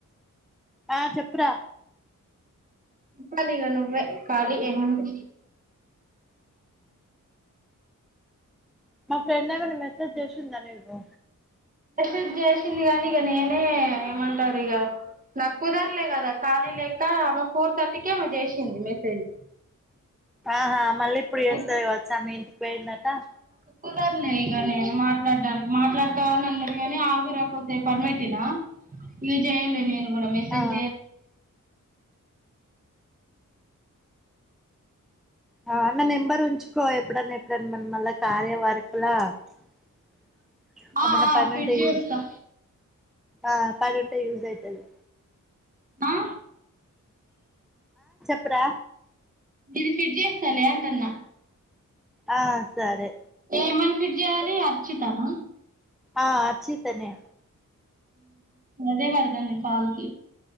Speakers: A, in the centre; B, on the right.
A: ఆ చెప్పురా
B: చెప్పాలిగ నువ్వే ఖాళి ఏముంది
A: మా ఫ్రెండ్ ఏమన్న మెసేజ్ జేషిందా నీకు
B: మేసేజ్ జీషింది గనిగ నేనే ఏమంటరిగా నాక్కుదర్లే గదా ఖాళీ లేకా ఆమె ఫోర్ థర్టీకేమో జేషింది మెసేజ్
A: ఆహా మళ్ళిప్పుడు జేస్తది
B: అయితే
A: గవచ్చు ఆమె ఇంటికి పోయిందట
B: కుదర్లేదు ఇగ నేను మాట్లాడానికి మాట్లాడుతావా గానే ఆవి రాకతే పర్మటినా <unintelligible> నేను మెసజ్
A: ఆ ఆహ ఆ న ఎంబరు ఉంచుకో ఎప్పుడన్నా ఎప్పుడడి మన మళ్ళా కార్యవర్కులా <unintelligible>
B: ఆ
A: ఏమన్నా
B: ఆ
A: పని
B: ఫిట్
A: ఉంటాడు
B: చేస్తా
A: యూస్ ఆ పని ఉంటె యూస్ అవుతాధి
B: ఆ
A: అప్పురా
B: ఇది ఫిడ్ చేస్తాను అంటన్నా
A: ఆ సరే
B: లేమన్ ఫిడ్ చేయ్యాలి అర్చితనా
A: ఆ అచితనేే
B: అదే పడదాం కాల్కి